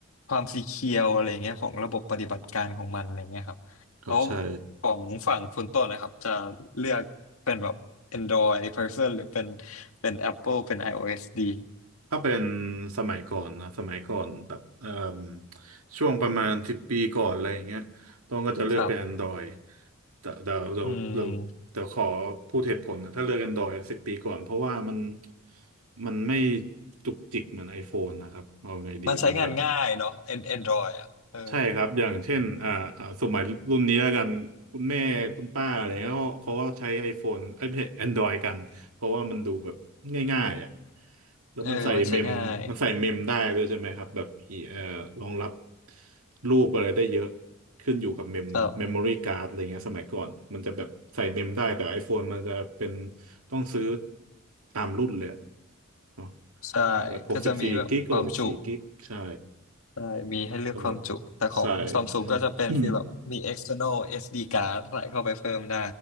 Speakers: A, on the left (about 80°); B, on the right (about 85°).
A: ความซีเคียวอะไรเงี้ยของระบบปฏิบัติการของมันอะไรเงี้ยครับแล้ว
B: ครับใช่
A: ของฝั่งคุณต้นนะครับจะเลือกเป็นแบบ Android person หรือเป็น เป็น Apple เป็น iOS ดี
B: ถ้าเป็นสมัยก่อนนะสมัยก่อนแบบเอ่มช่วงประมาณสิบปีก่อนอะไรอย่างเงี้ยต้องก็จะเลือกเป็น
A: ครับ
B: Android แต่เดี๋ยวเดี๋ยวเดี๋ยวเดี๋ยวขอพูดเหตุผลนะถ้าเลือก
A: อืม
B: Android สิบปีก่อนเพราะว่ามันมันไม่จุกจิกเหมือน iPhone นะครับเอาไงดีมันแบบ
A: มันใช้งานง่ายเนาะ An- Android อ่ะเออ
B: ใช่ครับอย่างเช่นอ่าอ่าสมัยรุ่นนี้แล้วกันคุณแม่คุณป้าอะไรเงี้ยเขาเขาก็ใช้ iPhone เอ้ยไม่ใช่ Android กันเพราะว่ามันดูแบบง่ายๆอ่ะแล้วมันใส่เมมมันใส่เมมได้ด้วยใช่ไหมครับแบบอีเอ่อรองรับ
A: เออมันใช้ง่าย
B: รูปอะไรได้เยอะขึ้นอยู่กับเมมเมมโมรี่การ์ดอะไรเงี้ยสมัยก่อนมันจะแบบใส่เมมได้แต่
A: ครับ
B: iPhone มันจะเป็นต้องซื้อตามรุ่นเลยอะเนอะ
A: ใช่
B: แบบหกสิบสี่กิกหกสิบสี่กิกใช่
A: ก็จะมีแบบความจุใช่มีให้เลือกความจุแต่ของ
B: ก็แบบสาย
A: Samsung
B: <clears throat>
A: ก็จะเป็นฟีลแบบมี external SD card ใส่เข้าไปเพิ่มได้